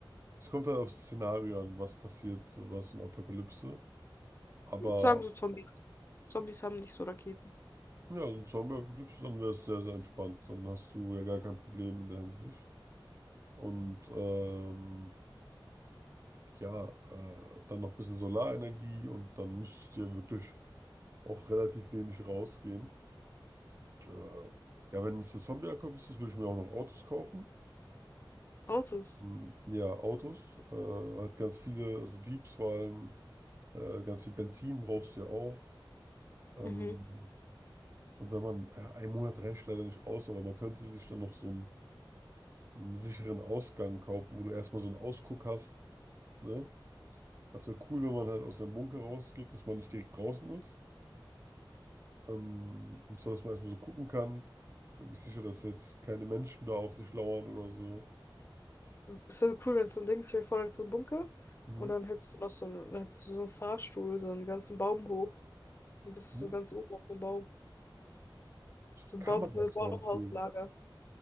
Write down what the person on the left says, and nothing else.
ich würd sagen so Zombies. Zombies haben nicht so Raketen.
Ja.
Autos.
Mhm.
Es wäre so cool, wenn es so ein Ding ist, stell dir vor, da ist so ein Bunker
und dann hättest du noch so einen, dann hättest du so einen Fahrstuhl, so einen ganzen Baum hoch. Du bist
du so ganz oben auf dem Baum.
So
ein Baum, so ein Baumhauslager.